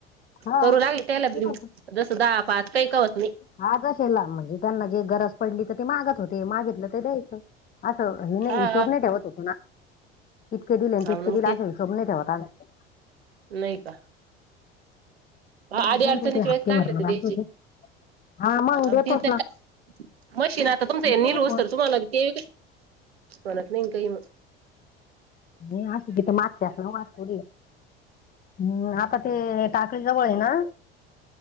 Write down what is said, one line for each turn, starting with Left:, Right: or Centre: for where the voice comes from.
Left: हा
Right: करूं लागली त्यांला
Left: दिलं
Right: बि जसं दहा पांच कांहीं कां होतं नई
Left: हां ते असेला म्हणजे त्यांना जे गरजं पडली तरं ते मांडत होते मागितलं ते द्यायचं असं हे नाहीं
Right: हा
Left: हिशोब नाहीं ठेवतं होतो नां इतके दिले आणि
Right: हा
Left: तितके
Right: ना मग
Left: दिले असेल हीसोब नाहीं ठेवंत आम्हीं
Right: नाहीं कां
Left: नाही
Right: आंधी
Left: त्यांचे
Right: अडचणीचे
Left: ते हप्ते
Right: वेळेस लागले
Left: भरणं
Right: तरं
Left: बाकी
Right: द्यांयचे
Left: होते हा मग
Right: हं
Left: देतोच
Right: तीथं
Left: ना
Right: मशीन आंता तुमचं
Left: आणि ते
Right: निलं
Left: बी कोण
Right: असतं तुम्हांला ते मतं नाहीं इनं कांहीं
Left: नाहीं अशी तिथं मारत्यांच वाचतो हम्मं आंता ते टाकळी जवळं आहे नां